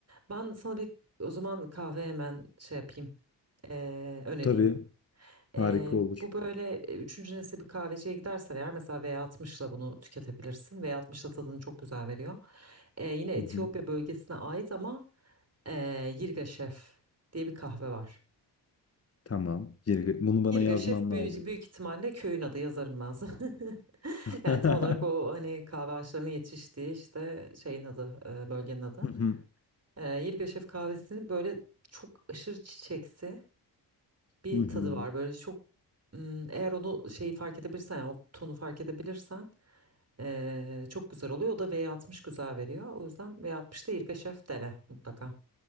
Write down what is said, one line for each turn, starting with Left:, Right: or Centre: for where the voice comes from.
Right: Ben sana bir o zaman kahve hemen şey yapayım ee, önereyim.
Left: Tabii
Right: Ee,
Left: harika olur.
Right: bu böyle e, üçüncü nesil bir kahveciye gidersen eğer mesela V60'la bunu tüketebilirsin. V60'la tadını çok güzel veriyor. Ee, yine
Left: Hı
Right: Etiyopya
Left: hı.
Right: bölgesine ait ama Ee, Yirga Şef diye bir kahve var.
Left: Tamam. Geri- Bunu bana
Right: Yirga
Left: yazman
Right: Şef büyük,
Left: lazım.
Right: büyük ihtimalle köyün adı yazarım ben sana. <laughs>
Left: <laughs>
Right: Yani
Left: Hı
Right: tam olarak o hani kahve ağaçlarının yetiştiği işte şeyin adı, e, bölgenin adı.
Left: hı.
Right: Ee, Yirga Şef kahvesinin böyle çok aşırı çiçeksi bir
Left: Hı hı.
Right: tadı var. Böyle çok m, eğer onu şeyi fark edebilirsen yani o tonu fark edebilirsen e, çok güzel oluyor. O da V60 güzel veriyor. O yüzden V60'da Yirga Şef dene mutlaka.